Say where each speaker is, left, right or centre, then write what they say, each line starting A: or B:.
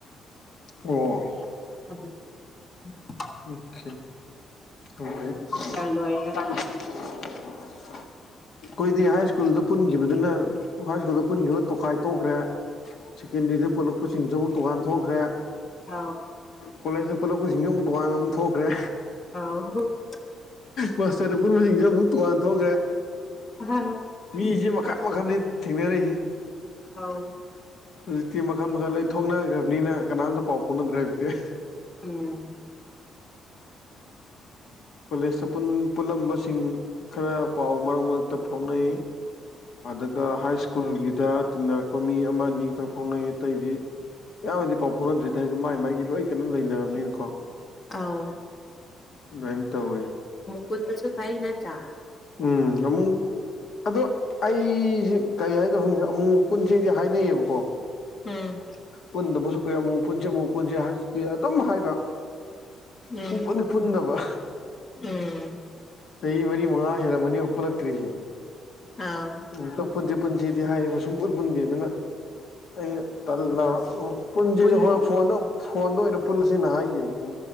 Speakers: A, on the left; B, on the left.
A: ꯑꯣ
B: ꯑꯗꯨ <unintelligible>
A: ꯑꯣ ꯈꯦ ꯑꯣ <unintelligible> ꯑꯩꯈꯣꯏꯗꯤ
B: ꯃꯥꯁꯇꯔ ꯂꯣꯏꯔꯦ
A: ꯍꯥꯏ ꯁ꯭ꯀꯨꯜꯗ ꯄꯨꯟꯈꯤꯕꯗꯨꯅ ꯍꯥꯏ ꯁ꯭ꯀꯨꯜꯗ ꯄꯨꯟꯈꯤꯕ ꯇꯣꯈꯥꯏ ꯇꯣꯛꯈ꯭ꯔꯦ ꯁꯦꯀꯦꯟꯗ꯭ꯔꯤꯗ ꯄꯨꯜꯂꯛꯄꯁꯤꯡꯁꯨ ꯑꯃꯨꯛ ꯇꯣꯉꯥꯟ ꯊꯣꯛꯈ꯭ꯔꯦ
B: ꯑꯧ
A: ꯀꯣꯂꯦꯖꯇ ꯄꯨꯟꯂꯛꯄꯁꯤꯡꯁꯦ ꯑꯃꯨꯛ ꯇꯣꯉꯥꯟꯅ ꯑꯃꯨꯛ ꯊꯣꯛꯈ꯭ꯔꯦ
B: ꯑ <unintelligible>
A: ꯃꯥꯁꯇꯔꯗ ꯄꯨꯟꯕꯁꯤꯡꯁꯦ ꯑꯃꯨꯛ ꯇꯣꯉꯥꯟ ꯊꯣꯛꯈ꯭ꯔꯦ
B: ꯍꯝ <unintelligible>
A: ꯃꯤꯁꯤ ꯃꯈꯟ ꯃꯈꯜꯅꯤ ꯊꯦꯡꯅꯔꯛꯏꯁꯦ
B: ꯍꯥꯎ
A: ꯍꯧꯖꯤꯛꯇꯤ ꯃꯈꯜ ꯃꯈꯜ ꯂꯣꯏ ꯊꯣꯛꯅꯈ꯭ꯔꯕꯅꯤꯅ ꯀꯅꯥꯝꯇ ꯄꯥꯎ ꯐꯥꯎꯅꯗ꯭ꯔꯦ ꯍꯧꯖꯤꯛꯇꯤ
B: ꯎꯝ
A: ꯀꯣꯂꯦꯖꯇ ꯄꯨꯟ-ꯄꯨꯜꯂꯝꯕꯁꯤꯡ ꯈꯔ ꯄꯥꯎ ꯃꯔꯛ ꯃꯔꯛꯇ ꯐꯥꯎꯅꯩ ꯑꯗꯨꯒ ꯍꯥꯏ ꯁ꯭ꯀꯨꯜꯒꯤꯗ ꯇꯤꯟꯅꯔꯛꯄ ꯃꯤ ꯑꯃ ꯑꯅꯤ ꯈꯛ ꯐꯥꯎꯅꯩ ꯑꯇꯩꯗꯤ ꯌꯥꯝꯅꯗꯤ ꯄꯥꯎ ꯐꯥꯎꯅꯗꯦ ꯍꯥꯏꯗꯤ ꯃꯥꯏ ꯃꯒꯤ ꯂꯣꯏ ꯀꯩꯅꯣ ꯂꯩꯅꯔꯕꯅꯤꯅꯀꯣ
B: ꯑꯧ
A: ꯑꯗꯨꯃꯥꯏꯅ ꯇꯧꯋꯦ
B: ꯄꯨꯨꯟꯕꯁꯨ ꯐꯥꯏ ꯅꯠꯇ꯭ꯔꯥ
A: ꯎꯝ ꯑꯃꯨꯛ <unintelligible> ꯑꯗꯣ ꯑꯩꯁꯦ ꯀꯩ ꯍꯥꯏꯗꯣꯏꯅꯣ ꯈꯪꯗꯦ ꯑꯃꯨꯛ-ꯃꯨꯛ ꯄꯨꯟꯁꯦꯗꯤ ꯍꯥꯏꯅꯩꯌꯦꯕꯀꯣ
B: ꯎꯝ
A: ꯄꯨꯟꯗꯕꯁꯨ ꯀꯨꯏꯔꯦ ꯑꯃꯨꯛ-ꯃꯨꯛ ꯄꯨꯟꯁꯤ ꯑꯃꯨꯛ-ꯃꯨꯛ ꯄꯨꯟꯁꯤ ꯍꯥꯏꯗꯤ ꯑꯗꯨꯝ ꯍꯥꯏꯕ
B: ꯎꯝ
A: ꯁꯨꯛꯄꯨꯟꯗꯤ ꯄꯨꯟꯗꯕ
B: ꯎꯝ
A: ꯆꯍꯤ ꯃꯔꯤ ꯃꯉꯥ ꯍꯦꯜꯂꯝꯃꯅꯤ ꯌꯦꯉꯣ ꯄꯨꯟꯂꯛꯇꯛꯇ꯭ꯔꯤꯁꯦ
B: ꯑꯥꯎ
A: ꯃꯨꯛꯇꯪ ꯄꯨꯟꯖꯦ ꯄꯨꯟꯖꯦꯗꯤ ꯍꯥꯏꯌꯦꯕ ꯁꯨꯡꯄꯨꯟ ꯄꯨꯟꯗꯦ ꯑꯗꯨꯅ ꯑꯩꯅ ꯇꯜꯂꯕ ꯎꯝ ꯄꯨꯟꯖꯤꯗꯤ
B: ꯄꯨꯟ
A: ꯍꯣꯏ ꯐꯣꯟꯗ ꯐꯣꯟꯗ ꯑꯣꯏꯅ ꯄꯨꯜꯂꯁꯤꯅ ꯍꯥꯏꯈꯤꯕꯅꯦ꯫